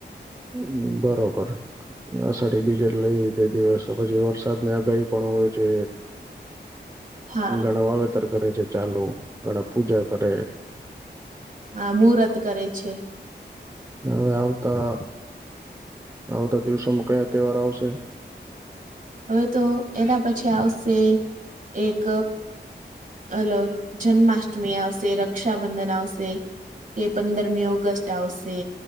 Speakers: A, on the right; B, on the right.
A: હ બરોબર. અષાઢી બીજેટ લઈ તે દિવસ પછી વરસાદની આગાહી પણ હોય છે.
B: હા
A: ઘણા વાવેતર કરે છે ચાલુ ઘણા પૂજા કરે.
B: હા મુહૂર્ત કરે છે.
A: હવે આવતા આવતા દિવસોમાં કયા તહેવાર આવશે?
B: હવે તો એના પછી આવશે એક હલો જન્માષ્ટમી આવશે રક્ષાબંધન આવશે. કે પંદરમી ઓગસ્ટ આવશે.